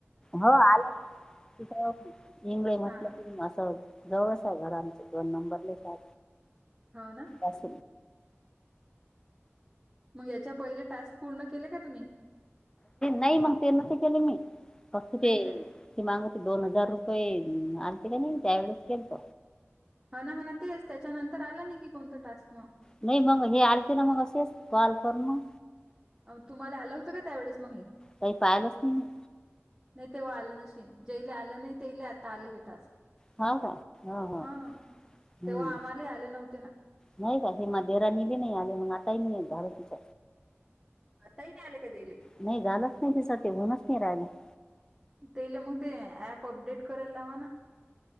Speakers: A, on the left (about 15°); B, on the right (about 15°).
A: हो आला त हंगळे म्हटलं
B: हां,
A: त असं जवळच आहे घरमच दोन नंबरले सा
B: हाव ना?
A: आस
B: मग याच्या पहिले टास्क पूर्ण केले का तुम्ही?
A: नाही मग ते न ते केले मी मस्त
B: नाही
A: ते
B: काय?
A: ये मग दोन हजार रुपये आणते का नाही त्यावेळेस केलत
B: ह ना हा ना तेच त्याच्यानंतर आला नाही की कोणत टास्क म
A: नाही मग हे अरती ना मग असेच कॉल करतो
B: अओ तुम्हाला आलं होतं का त्यावेेळेस मग हे
A: काही पाहिलच नाही
B: नाही तेव्हा आलं नशन जेले आलं नाही तेयला आता आले हे टास्क
A: हाव का हो हो
B: हा
A: हम्म
B: तेव्हा आम्हाला आले नव्हते ना
A: नाही का हे मध्येेराणी बी नाही आले मग आताही नाही झाल तिच
B: आ ता नाही आले का तेले
A: नाही घालच नाही तस ते होऊनच नाही राहाला <inaudible>
B: तेला मग ते ऍप अपडेट करायला लावा ना